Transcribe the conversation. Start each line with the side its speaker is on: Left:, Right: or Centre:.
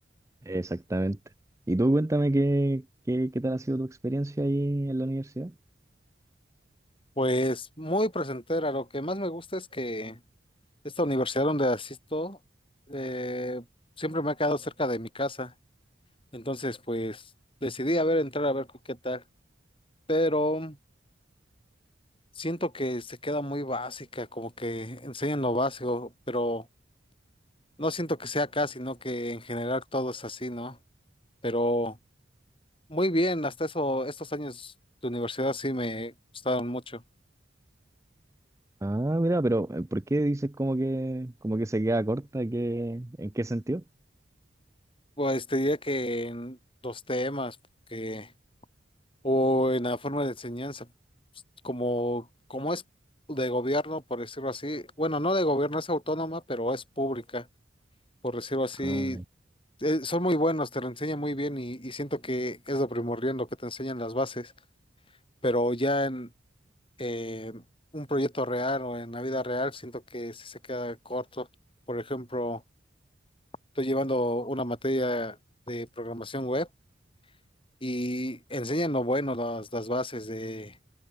Right: Exactamente. Y tú cuéntame qué, qué, qué tal ha sido tu experiencia ahí en la universidad.
Left: Pues muy presentera, lo que más me gusta es que esta universidad donde asisto eh, siempre me ha quedado cerca de mi casa. Entonces, pues decidí a ver, entrar a ver qué tal. Pero Siento que se queda muy básica, como que enseñan lo básico, pero no siento que sea acá, sino que en general todo es así, ¿no? Pero muy bien, hasta eso, estos años de universidad sí me gustaron mucho.
Right: Ah, mira, pero eh, ¿por qué dices como que, como que se queda corta? ¿Qué, en qué sentido?
Left: Pues te diría que en los temas que, o en la forma de enseñanza, pues, como, como es de gobierno, por decirlo así, bueno, no de gobierno, es autónoma, pero es pública, por decirlo así
Right: Ah,
Left: eh, son muy buenos, te lo enseñan muy bien y, y siento que es lo primordial lo que te enseñan las bases, pero ya en eh, un proyecto real o en la vida real siento que sí se queda corto. Por ejemplo, estoy llevando una materia de programación web y enseñan lo bueno, las, las bases de